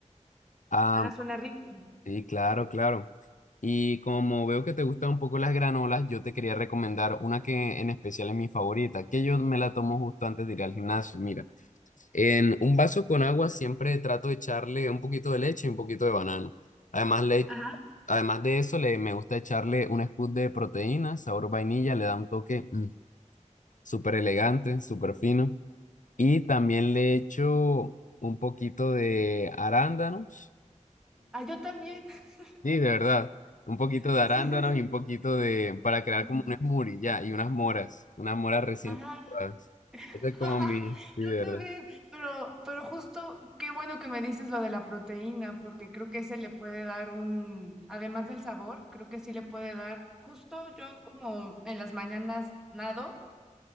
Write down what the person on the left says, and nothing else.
Ah,
Sí, claro, claro. Y como veo que te gustan un poco las granolas, yo te quería recomendar una que en especial es mi favorita, que yo me la tomo justo antes de ir al gimnasio. Mira, en un vaso con agua siempre trato de echarle un poquito de leche y un poquito de banano. Además, le,
además de eso, le, me gusta echarle un scoop de proteína, sabor vainilla, le da un toque mm, súper elegante, súper fino. Y también le echo un poquito de arándanos
Sí, de verdad. Un poquito de
arándanos
y un poquito de, para crear
como un smoothie, ya, y unas moras, unas moras recién
cortadas.
Ese es como mi, sí,
de
verdad.